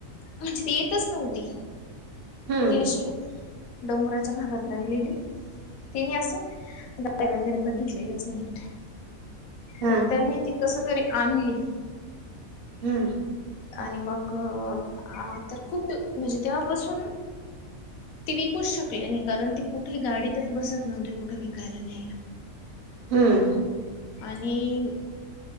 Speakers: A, on the left; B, on the right.
A: म्हणजे ती येतच नव्हती.
B: हम्म
A: ती अशी डोंगराच्या भागात राहिलेली. तिने असं गाड्या वगैरे बघितलेलेच नव्हतं.
B: हा
A: तर त्यांनी ती कस तरी आणली.
B: हम्म
A: आणि मग आ तर खु म्हणजे तेव्हा बसून. ती विकूच शकले नाही कारण ती कुठे गाडीतच बसत नव्हती कुठे विकायला न्यायला.
B: हम्म.
A: आणि